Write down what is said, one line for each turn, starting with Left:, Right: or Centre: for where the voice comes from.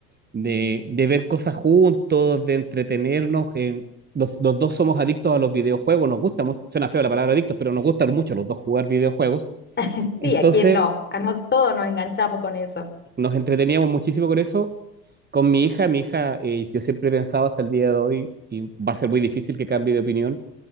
Right: de, de ver cosas juntos, de entretenernos. En, los, los dos somos adictos a los videojuegos, nos gusta mucho, suena feo la palabra adictos, pero nos gusta mucho los dos jugar videojuegos.
Left: <laughs>
Right: Entonces
Left: Sí, ¿a quién no? A nosotros todos nos enganchamos con eso.
Right: nos entreteníamos muchísimo con eso. Con mi hija, mi hija, eh, yo siempre he pensado hasta el día de hoy, y va a ser muy difícil que cambie de opinión,